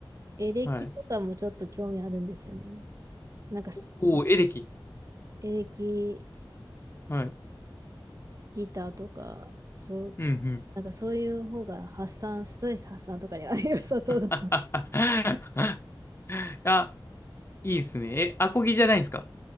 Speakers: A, on the right (about 40°); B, on the left (about 30°).
A: エレキとかもちょっと興味あるんですよね。
B: はい。
A: なんか
B: おお、エレキ。
A: エレキ
B: はい。
A: ギターとか、そう、
B: うんうん。
A: なんかそういう方が発散、ストレス発散とかには <laughs> 良さそうだな。
B: <laughs> あ、いいっすね。え、アコギじゃないんすか